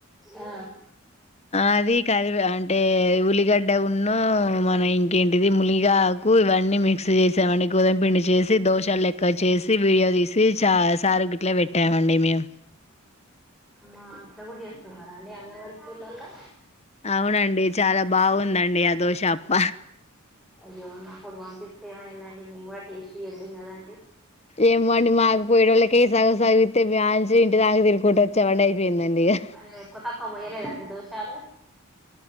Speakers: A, in the centre; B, on the left (about 30°).
A: ఆ
B: అది కది అన్ టె ఉల్లిగాడ్ డ ఉన్ను మన ఇం కంటిది ములిగాక్ కు ఇవన్నీ మిక్స్ చేసామండి గదం పిండి చేసి దోశాలు లేక్ ఇక్క చేసి వీడియో తీసి చ సారు గిట్లా పెట్ <unintelligible> మేము
A: మా ఇట్లా కూడా చేస్తున్నారా అండి అంగన్వాడ స్కూలళ్లలో
B: అవునండి చాలా బాగుందండి ఆ దోష అప్ప
A: అయ్యో నాకుడు పంపిస్తే ఏమైందండి మేము కూడా టేస్ట్ చేద్దుం కదాండి
B: ఏమోండి మాకు పోయేటోళ్ళకే సగు సగివిస్తే బ్యాంస ఇంటి దాకా తిరుగుకుంట వచ్చ చవండి అయిపోయిందండి ఇగ
A: అవి ఎక్కువ తక్కువ పోయలేదండి దోషాలు